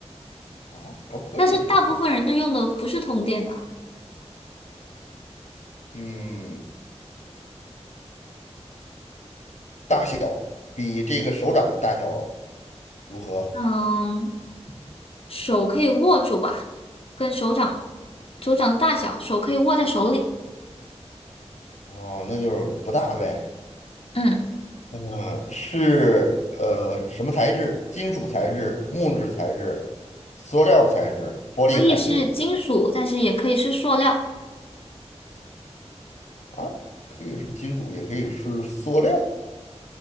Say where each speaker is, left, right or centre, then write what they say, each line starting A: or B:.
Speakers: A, on the left; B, on the left.
A: 啊？高科技可以通。
B: 但是大部分人都用的不是通电的，
A: 嗯，大小比这个手掌的大小如何？
B: 嗯。手可以握住吧，跟手掌手掌大小，手可以握在手里。
A: 哦，那就是不大呗。
B: 嗯，
A: 呃，是呃什么材质？金属材质、木质材质、塑料材质、玻璃材质
B: 可以是金属，但是也可以是塑料。
A: 啊，可以是金属，也可以是塑料。